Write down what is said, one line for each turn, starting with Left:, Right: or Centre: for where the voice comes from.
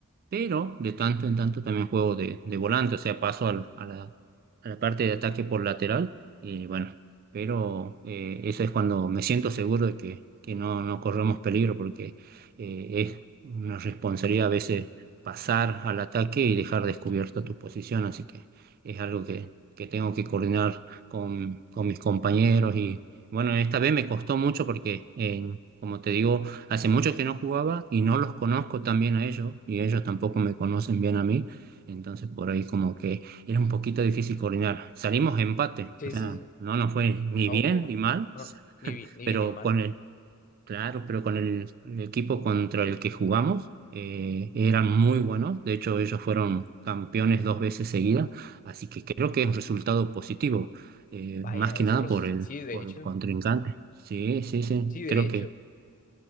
Right: pero de tanto en tanto también juego de, de volante, o sea, paso al- a la, a la parte de ataque por lateral y bueno, pero eh, eso es cuando me siento seguro de que, que no, no corremos peligro porque eh, es una responsabilidad a veces pasar al ataque y dejar descubierta tu posición, así que es algo que, que tengo que coordinar con, con mis compañeros y bueno, esta vez me costó mucho porque... eh, como te digo, Hace mucho que no jugaba y no los conozco tan bien a ellos y ellos tampoco me conocen bien a mí. Entonces por ahí como que era un poquito difícil coordinar. Salimos empate,
Left: Sí,
Right: o sea,
Left: sí, sí.
Right: no nos fue ni
Left: A
Right: bien
Left: ojo.
Right: ni mal,
Left: No, ni vi, ni
Right: pero
Left: vi, ni más.
Right: con el, claro, pero con el, el equipo contra el que jugamos eh, eran muy buenos. De hecho, ellos fueron campeones dos veces seguidas, así que creo que es un resultado positivo, eh,
Left: Vaya,
Right: más que
Left: es
Right: nada
Left: un res-
Right: por el,
Left: sí, de
Right: por
Left: hecho.
Right: el contrincante. Sí, sí, sí,
Left: Sí, de
Right: creo
Left: hecho.